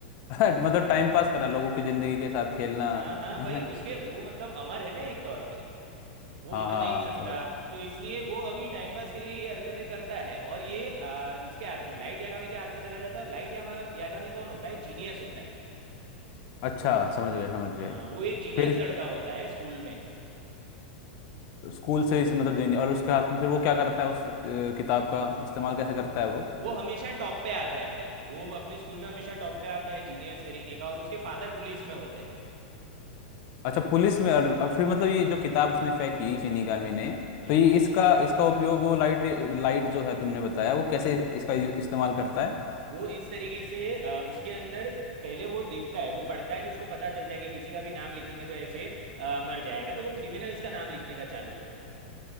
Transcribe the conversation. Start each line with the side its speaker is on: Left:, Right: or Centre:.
Left: <laughs> मतलब टाइम पास करा लोगों की जिंदगी के साथ खेलना
Right: हाँ हाँ
Left: <laughs> है
Right: भाई उसके वो मतलब अमर है ना एक तौर पे वो
Left: हाँ
Right: मर
Left: हाँ
Right: नहीं सकता
Left: समझ
Right: तो इसलिए वो अभी टाइम पास के लिए ये हरकतें करता है और ये आ, इसके हाथ में लाइट यागामी के हाथ में चला जाता है और लाइट यागामी यागामी कौन होता है जीनियस होता है
Left: अच्छा समझ गए समझ गए
Right: हाँ वो एक जीनियस
Left: फिर
Right: लड़का होता है स्कूल में
Left: स्कूल से इस मतलब जीनी और उसके हाथ में फिर वो क्या करता है उस अ, किताब का इस्तेमाल कैसे करता
Right: हाँ,
Left: है वो
Right: वो हमेशा टॉप पे आता है भाई वो अपने स्कूल में हमेशा टॉप पे आता है जीनियस तरीके का और उसके फादर पुलिस में होते हैं
Left: अच्छा पुलिस में और अब फिर मतलब ये जो किताब उसने फेंकी शिनिगामी ने
Right: हाँ
Left: तो ये इसका इसका उपयोग वो लाइट लाइट जो है तुमने बताया वो कैसे इसका यू- इस्तेमाल करता है
Right: वो इस तरीके से अ, उसके अंदर पहले वो देखता है वो पढ़ता है तो उसको पता चलता है कि किसी का भी नाम लिखेंगे तो ऐसे अ, मर जाएगा तो वो क्रिमिनल्स का नाम लिखने का चालू करता है